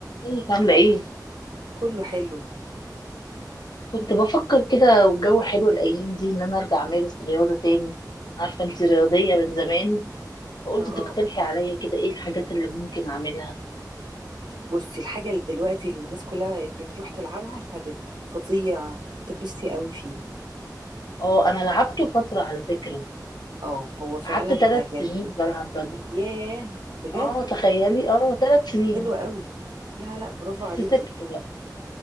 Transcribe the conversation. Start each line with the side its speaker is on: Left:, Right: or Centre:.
Left: ازيك عاملة ايه؟
Right: كله حلو
Left: كنت بفكر كده والجو حلو الأيام دي إن أنا أرجع أمارس رياضة تاني، أنا عارفة أنتي رياضية من زمان فقلت
Right: اه
Left: تقترحي عليا كده ايه الحاجات اللي ممكن أعملها؟
Right: بصي الحاجة اللي دلوقتي اللي الناس كلها بتروح تلعبها البادل فظيع هتتبسطي قوي فيه
Left: اه أنا لعبته فترة على فكرة،
Right: اه هو فعلا
Left: قعدت ثلاث
Right: جميل
Left: سنين بلعب بدل
Right: ياه بجد
Left: اه تخيلي اه ثلاث سنين
Right: حلو قوي لا لا برافو عليكي
Left: بس سبت بقى